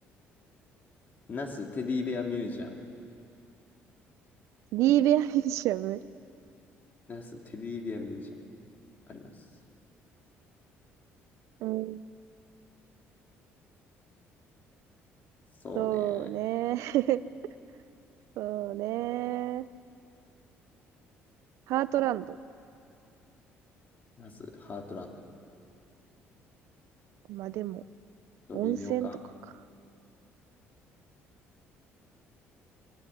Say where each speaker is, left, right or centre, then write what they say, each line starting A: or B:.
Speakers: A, on the left (about 40°); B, on the right (about 80°).
A: 那須テディベアミュージアム。
B: う。リーベアミュージアム。
A: 那須テディベアミュージアム、あります。
B: うん。
A: そうね。
B: そうね。<laughs> そうね。ハートランド。
A: ナスハートランド。
B: まあでも、
A: と微妙か。
B: 温泉とかか。